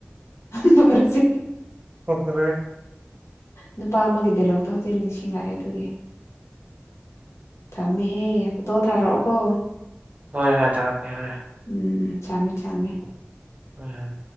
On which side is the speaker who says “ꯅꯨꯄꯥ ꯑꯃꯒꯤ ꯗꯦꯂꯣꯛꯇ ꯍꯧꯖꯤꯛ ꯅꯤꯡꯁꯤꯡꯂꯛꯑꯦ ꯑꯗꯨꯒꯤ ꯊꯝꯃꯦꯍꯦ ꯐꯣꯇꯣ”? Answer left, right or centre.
Left